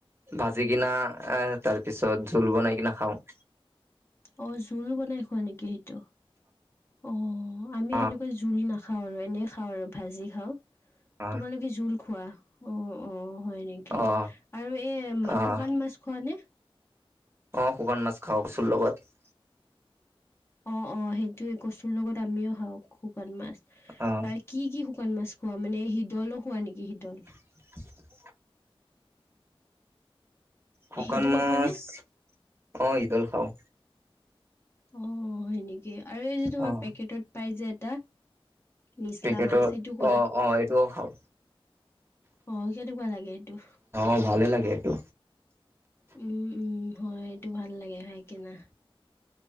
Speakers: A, on the right (about 25°); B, on the left (about 25°).
A: ভাজি কিনা এ তাৰ পিছত জোল বনাই কিনা খাওঁ
B: অ জোলো বনাই খোৱা নেকি সেইটো অ আমি
A: অ',
B: সেনেকুৱা জোল নাখ খাওঁ আৰু এনেই খাওঁ আৰু ভাজি খাওঁ
A: অ',
B: তোমালোকে জোল খোৱা অ অ হয় নেকি?
A: অ',
B: আৰু এ
A: অ',
B: শুকান মাছ খোৱা নে
A: অ শুকান মাছ খাও কচুৰ লগত
B: অ অ সেইটোয়ে কচুৰ লগত আমিও খাওঁ শুকান মাছ
A: অ',
B: আৰু কি কি শুকান মাছ খোৱা মানে শিদলো খোৱা নেকি শিদল
A: <unintelligible> শুকান
B: শিদল
A: মাছ
B: খোৱানে?
A: অ শিদল খাওঁ
B: অ সেনেকে আৰু এই যে তোমাৰ
A: অ',
B: পেকেটত পাই যে এটা নিচলামাছ
A: পেকেটত
B: সেইটো খোৱা
A: অ', অ', এইটোও খাওঁ
B: অহ কেনেকুৱা লাগে সেইটো
A: অ', ভালে লাগে এইটো
B: উম উম হয় এইটো ভাল লাগে খাই কিনা।